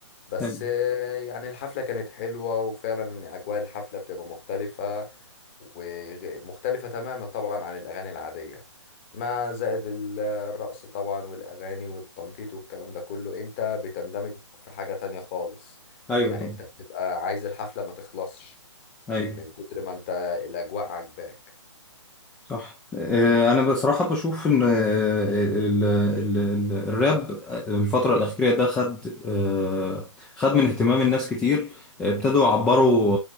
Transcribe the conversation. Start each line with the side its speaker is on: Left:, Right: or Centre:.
Left: بس
Centre: حلو
Left: يعني الحفلة كانت حلوة وفعلا يعني اجواء الحفلة بتبقى مختلفة ومختلفة تماما طبعا عن الأغاني العادية مع زائد ال- الرقص طبعا والأغاني والتنطيط والكلام ده كله أنت بتندمج في حاجة تانية خالص
Centre: ايوه
Left: يعني
Centre: طبعا
Left: أنت بتبقى عايز الحفلة ما تخلصش
Centre: ايوه
Left: من كتر ما أنت الأجواء عاجباك
Centre: صح آه، انا بصراحه بشوف ان آه، ال- ال- ال- الراب الفتره الاخيره ده خد آه، خد من اهتمام الناس كتير آه، ابتدوا يعبروا